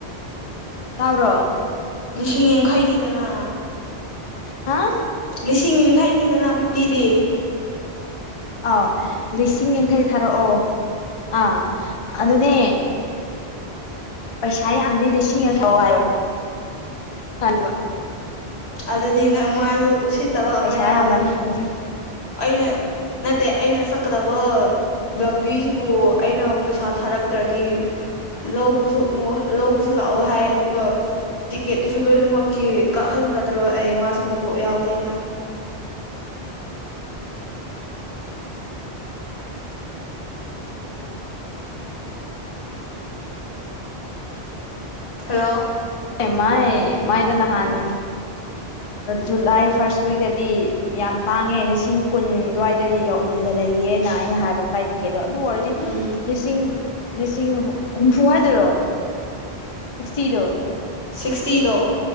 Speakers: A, on the left; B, on the left.
A: ꯇꯥꯕ꯭ꯔꯣ
B: ꯂꯤꯁꯤꯡ ꯌꯥꯡꯈꯩꯅꯤꯗꯅ
A: ꯍꯥꯥ
B: ꯂꯤꯁꯤꯡ ꯌꯥꯡꯈꯩꯅꯤꯗꯅ ꯐꯤꯐꯇꯤꯗꯤ
A: ꯑꯥꯎ ꯂꯤꯁꯤꯡ ꯌꯥꯡꯈꯩ ꯊꯥꯔꯛꯑꯣ ꯑꯥ ꯑꯗꯨꯅꯦ ꯄꯩꯁꯥ ꯌꯥꯝꯗꯦ ꯂꯤꯁꯤꯡ ꯑ ꯊꯥꯎꯑꯣ ꯍꯥꯢꯕ
B: ꯑꯗꯨꯗꯤ ꯅꯪ ꯃꯥꯁꯨ ꯎꯁꯤꯠꯇꯕ ꯑꯃ
A: ꯄꯩꯁꯥ
B: ꯌꯥꯎꯋꯤ
A: ꯌꯥꯝꯃꯗꯤ ꯂꯤꯁꯤꯡ
B: ꯑꯩꯅ ꯅꯠꯇꯦ ꯑꯩꯅ ꯁꯛꯀꯗꯕ ꯂꯝꯕꯤꯁꯤꯕꯨ ꯑꯩꯅ ꯄꯩꯁꯥ ꯊꯥꯔꯛꯇ꯭ꯔꯗꯤ ꯂꯧꯕꯁꯨ ꯑꯃꯨꯛ ꯂꯧꯕꯁꯨ ꯂꯥꯛꯑꯣ ꯍꯥꯢ ꯑꯗꯨꯒ ꯇꯤꯀꯦꯠꯇꯨꯁꯨ ꯂꯣꯢꯅꯃꯛꯀꯤ ꯀꯛꯍꯟꯒꯗ꯭ꯔꯣ ꯑꯩ ꯃꯥꯁꯨ ꯃꯀꯣꯛ ꯌꯥꯎꯗꯦꯅ ꯍꯜꯂꯣ
A: ꯑꯦꯃꯥꯢ ꯃꯥꯢꯗ ꯅꯍꯥꯟ ꯖꯨꯂꯥꯢ ꯐꯥꯔꯁ ꯋꯤꯛꯇꯗꯤ ꯌꯥꯝ ꯄꯥꯡꯉꯦ ꯂꯤꯁꯤꯡ ꯀꯨꯟ ꯑꯗꯨꯋꯥꯢꯗ ꯏꯌꯣꯂꯤꯂꯂ ꯂꯩꯌꯦꯅ ꯑꯩꯅ ꯍꯥꯢꯕ ꯐ꯭ꯂꯥꯏꯠ ꯇꯤꯀꯦꯠꯇꯣ ꯑꯗꯨ ꯑꯣꯏꯔꯗꯤ
B: ꯎꯝ
A: ꯂꯤꯁꯤꯡ ꯂꯤꯁꯤꯡ ꯍꯨꯝꯐꯨ ꯍꯥꯏꯗꯨꯔꯣ ꯁꯤꯛꯁꯇꯤꯗꯣ
B: ꯁꯤꯛꯁꯇꯤꯗꯣ